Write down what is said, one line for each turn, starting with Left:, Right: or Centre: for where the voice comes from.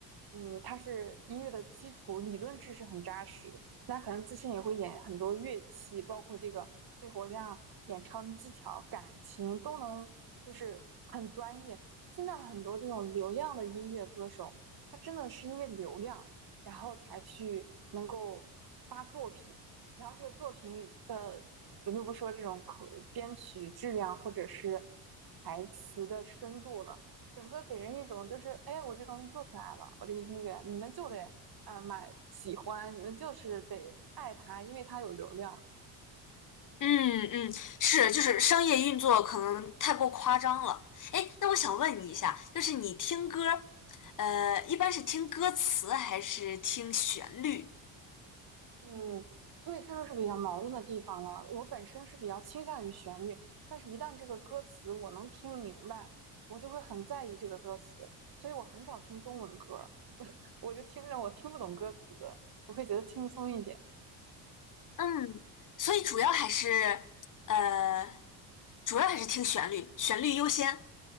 Right: 嗯，他是音乐的基础理论知识很扎实，那可能自身也会演很多乐器，包括这个肺活量、演唱技巧、感情都能，就是很专业。现在很多这种流量的音乐歌手，他真的是因为流量，然后才去能够发作品，然后这个作品的，咱就不说这种口编曲质量或者是台词的深度了，整个给人一种就是，哎，我这东西做出来了，我这个音乐你们就得啊、呃买喜欢，你们就是得爱它，因为它有流量。
Left: 嗯嗯，是，就是商业运作可能太过夸张了。哎，那我想问你一下，就是你听歌儿呃，一般是听歌词还是听旋律？
Right: 嗯，所以这就是比较矛盾的地方了。我本身是比较倾向于旋律，但是一旦这个歌词我能听明白，我就会很在意这个歌词，所以我很少听中文歌儿，<laughs> 我我就听着我听不懂歌词的，我会觉得轻松一点。
Left: 嗯，所以主要还是，呃，主要还是听旋律，旋律优先。